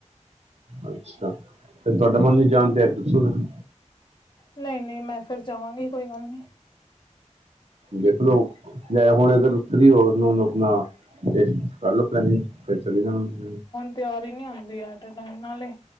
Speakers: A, on the right; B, on the left.
A: ਅੱਛਾ, ਤੇ ਤੁਹਾਡਾ ਮਨ ਨੀ ਜਾਣ ਤੇ ਆ, ਦੱਸੋ ਫੇਰ?
B: ਨਹੀਂ-ਨਹੀਂ, ਮੈਂ ਫਿਰ ਜਾਵਾਂਗੀ, ਕੋਈ ਗੱਲ ਨੀ।
A: ਦੇਖ ਲਓ, <unintelligible> ਹੁਣ ਅਗਰ ਫ੍ਰੀ ਹੋ ਉਹਨੂੰ ਆਪਣਾ ਫੇਰ ਕਰ ਲਓ ਪਲੇਨਿੰਗ, ਫਿਰ ਚਲੇ ਜਾਣਾ ਤੁਸੀ ਵੀ।
B: ਤਿਆਰੀ ਨਹੀਂ ਹੁੰਦੀ ਐਟੇ ਟੈਮ ਤੇ, <unintelligible> ਨਾਲੇ